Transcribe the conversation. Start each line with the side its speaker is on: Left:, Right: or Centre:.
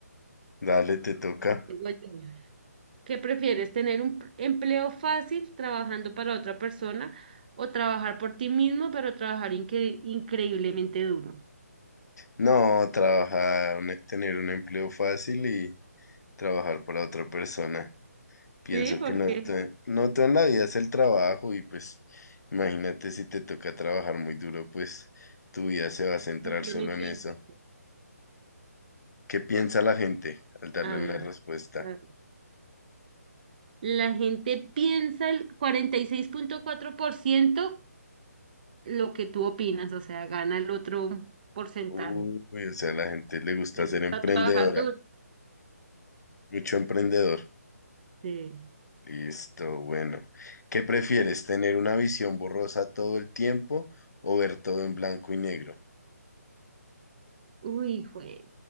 Left: Dale, te toca.
Right: Digo yo. ¿Qué prefieres, tener un pr- empleo fácil trabajando para otra persona o trabajar por ti mismo, pero trabajar incre- increíblemente duro?
Left: No, trabajar, un- tener un empleo fácil y trabajar para otra persona. Pienso
Right: Sí, porque
Left: que no te, no todo en la vida es el trabajo y pues imagínate si te toca trabajar muy duro, pues tu vida se va a centrar
Right: no tiene
Left: solo en
Right: tiempo.
Left: eso. ¿Qué piensa la gente al darle
Right: A
Left: una
Right: ver,
Left: respuesta?
Right: a- la gente piensa el cuarenta y seis punto cuatro por ciento, lo que tú opinas, o sea, gana el otro porcentaje.
Left: Uy, o sea, a la gente le gusta
Right: Les
Left: ser
Right: gusta
Left: emprendedora,
Right: trabajar duro.
Left: mucho emprendedor.
Right: Sí.
Left: Listo, bueno. ¿Qué prefieres, tener una visión borrosa todo el tiempo o ver todo en blanco y negro?
Right: Uy, fue.